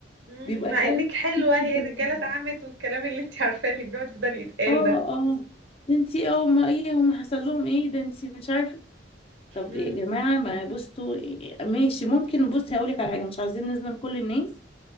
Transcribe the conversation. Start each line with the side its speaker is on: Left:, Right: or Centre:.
Right: مم،
Left: بيبقى
Right: مع
Left: كلام
Right: انك حلوة هي
Left: كتير
Right: الرجالة
Left: جدا.
Right: اتعمت والكلام اللي انت عارفاه اللي بيقعد يفضل يتقال
Left: اه
Right: ده
Left: اه ده انت اه ما ايه هم حصل لهم ايه ده انت مش عارفه طب
Right: مم.
Left: يا جماعه ما بصوا إيه- ماشي ممكن بصي هقول لك على حاجه مش عايزين نظلم كل الناس